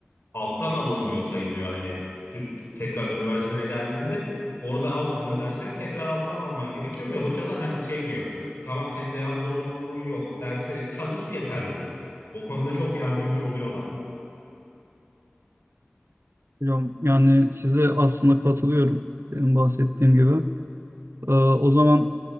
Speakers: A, on the left; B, on the right.
A: alttan alınıyor sayılıyor hani tü- tekrar üniversitene geldiğinde orada almadığın dersleri tekrar alttan alman gerekiyor ve hocalar hani şey diyor tamam senin devam zorunluluğun yok derse çalış yeter diyor. O konuda çok yardımcı oluyorlar.
B: Hocam yani size aslında katılıyorum. Benim bahsettiğim gibi. Ee, o zaman